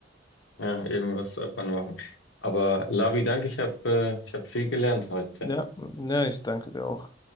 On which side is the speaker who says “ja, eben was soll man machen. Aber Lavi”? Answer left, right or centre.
Left